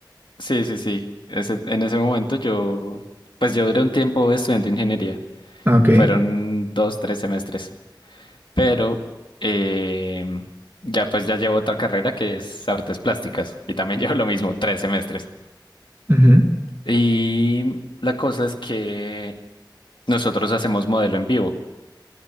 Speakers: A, on the left (about 80°); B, on the right (about 25°).
A: Sí, sí, sí. Ese- en ese momento yo, pues yo duré un tiempo estudiando ingeniería.
B: Ah, Ok.
A: Fueron dos, tres semestres. Pero eh, ya pues ya llevo otra carrera que es artes plásticas. Y también <laughs> llevo lo mismo, tres semestres.
B: ujú.
A: Y la cosa es que Nosotros hacemos modelo en vivo.